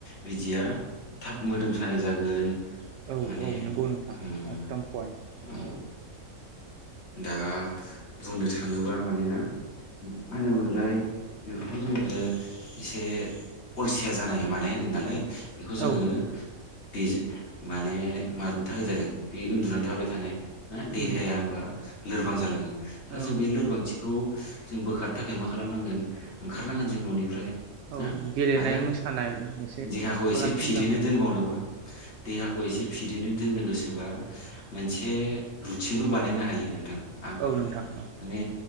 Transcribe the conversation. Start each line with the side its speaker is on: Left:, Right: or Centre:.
Left: बिदिया थाब मोदोम सानाय जागोन
Right: औ
Left: माने
Right: औ नंगौ नोंथां
Left: उम
Right: एकदम पइन्ट
Left: उम
Right: औ
Left: दा बुंनो थाङोबा मानोना मा होनोमोनलाय बेफोरखौ जोङो एसे अलसिया जानाय मानाय होन्दों नालाय बेखौ जोङो
Right: औ
Left: बे माने मानो थाखाय जादों बे उन्दुनानै थाबाय थानाय <unintelligible> देहाया
Right: उम
Left: होमबा लोरबां जालाङो दा
Right: औ
Left: जों बे लोरबांथिखौ जों बोखारनो थाखाय मा खालामनांगोन ओंखारनांगोन जों न'निफ्राय हो
Right: औ गेलेनाय
Left: आरो
Right: मोसानाय एसे
Left: देहाखौ
Right: खालामथिंनांगोन
Left: एसे फिदैनो दोनबावनोबा देहाखौ एसे फिदैनो दोननो गोसोबा मोनसे रुथिनबो बानायनो हायो नोंथां आं
Right: औ नोंथां औ
Left: माने